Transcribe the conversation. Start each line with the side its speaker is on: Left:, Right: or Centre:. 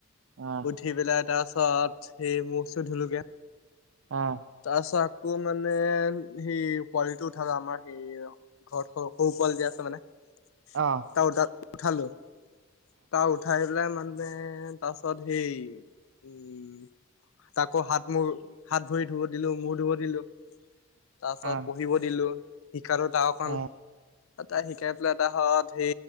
Right: অহ
Left: উঠি পেলাই তাৰ পাছত সেই মুখ চোখ ধুলোগে
Right: অহ
Left: তাৰপিছত আকৌ মানে সেই পোৱালিটো উঠালো আমাৰ সেই ঘৰত সৰু সৰু পোৱালি যে আছে মানে
Right: অহ
Left: ত উ উঠালো তা উঠাই পেলাই মানে ত তাৰপিছত সেই উম তাকো হাত মোৰ হাত ভৰি ধুব দিলো মূৰ ধুব দিলো তাৰ পিছত
Right: অহ
Left: পঢ়িব দিলো শিকালো তাকঅকন
Right: অহ
Left: এটা শিকাই পেলাই এটা হত সি